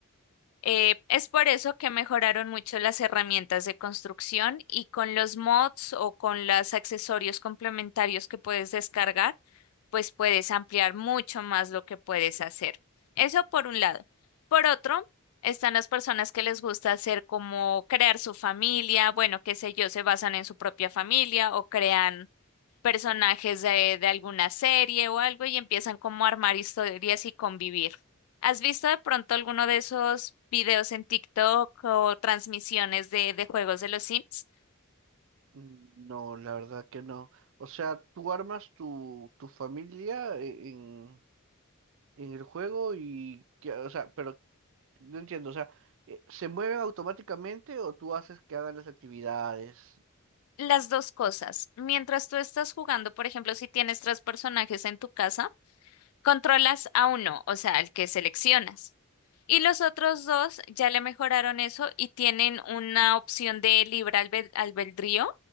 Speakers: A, on the left; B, on the right.
A: Eh, es por eso que mejoraron mucho las herramientas de construcción y con los mods o con los accesorios complementarios que puedes descargar, pues puedes ampliar mucho más lo que puedes hacer. Eso por un lado. Por otro, están las personas que les gusta hacer como crear su familia, bueno, qué sé yo, se basan en su propia familia o crean personajes de, de alguna serie o algo y empiezan como a armar historias y convivir. ¿Has visto de pronto alguno de esos videos en TikTok o transmisiones de, de juegos de los Sims?
B: Mm, No, la verdad que no. O sea, tú armas tu tu familia e- en en el juego y que- o sea, pero no entiendo, o sea, eh, ¿se mueven automáticamente o tú haces que hagan las actividades?
A: Las dos cosas. Mientras tú estás jugando, por ejemplo, si tienes tres personajes en tu casa, Controlas a uno, o sea, al que seleccionas. Y los otros dos ya le mejoraron eso y tienen una opción de libre albed- albedrío,